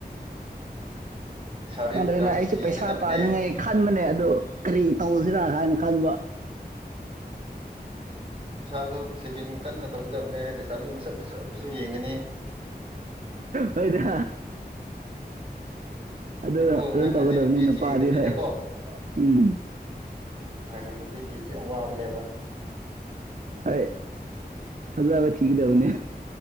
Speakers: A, on the right (about 35°); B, on the right (about 50°).
A: ꯂꯩꯁꯥꯕꯤ
B: ꯈꯪꯗ꯭ꯔꯦꯅꯦ
A: ꯐꯖꯕꯁꯨ
B: ꯑꯩꯁꯨ
A: ꯌꯦꯡꯒꯗꯕꯅꯦ
B: ꯄꯩꯁꯥ ꯄꯥꯅꯤꯡꯉꯥꯏ ꯈꯟꯕꯅꯦ ꯑꯗꯨ ꯀꯔꯤ ꯇꯧꯁꯤꯔꯥ ꯍꯥꯏꯅ ꯈꯟꯕ
A: ꯏꯁꯥꯁꯨ ꯁꯦꯚꯤꯡ ꯀꯟꯅ ꯇꯧꯒꯗꯕꯅꯦ ꯂꯩꯁꯥꯕꯤꯒꯤ ꯃꯁꯛ ꯐꯖꯕꯁꯨ ꯌꯦꯡꯉꯅꯤ
B: ꯍꯣꯏꯗ ꯑꯗꯨ
A: ꯑꯗꯨꯕꯨ
B: ꯑꯗꯨꯝ
A: ꯉꯟꯅꯗꯤ
B: ꯇꯧꯒꯗꯕꯅꯤ
A: ꯅꯨꯄꯤ
B: ꯅꯨꯄꯥꯗꯤ
A: ꯊꯤꯗꯕꯤꯗꯀꯣ
B: ꯍꯣꯏ ꯎꯝ
A: ꯉꯟꯅ ꯅꯨꯄꯤ ꯁꯦ ꯑꯋꯥꯕꯅꯦꯕ
B: ꯍꯣꯏ ꯐꯖꯕ ꯊꯤꯒꯗꯕꯅꯦ